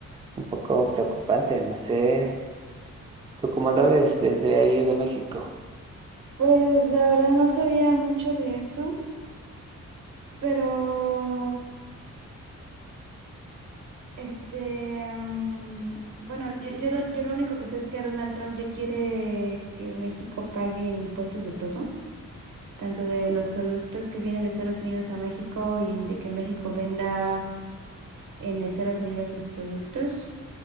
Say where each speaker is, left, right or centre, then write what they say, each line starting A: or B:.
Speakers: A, on the right; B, on the right.
A: un poco preocupante, no sé, ¿tú cómo lo ves desde ahí de México?
B: Pues la verdad no sabía mucho de eso, pero este, mm, bueno, yo, yo, lo, yo lo único que sé es que Donald Trump ya quiere que México pague impuestos de todo, tanto de los productos que vienen de Estados Unidos a México y de que México venda en Estados Unidos sus productos.